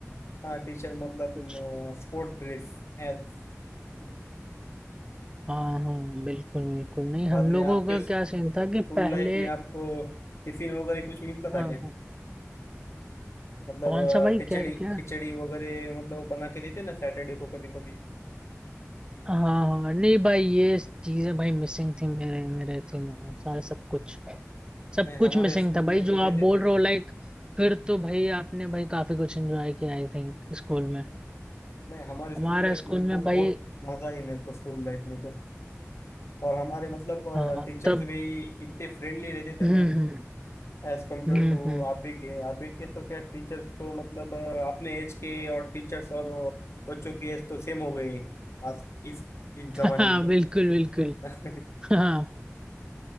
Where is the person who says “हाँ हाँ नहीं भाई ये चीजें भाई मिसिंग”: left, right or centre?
Right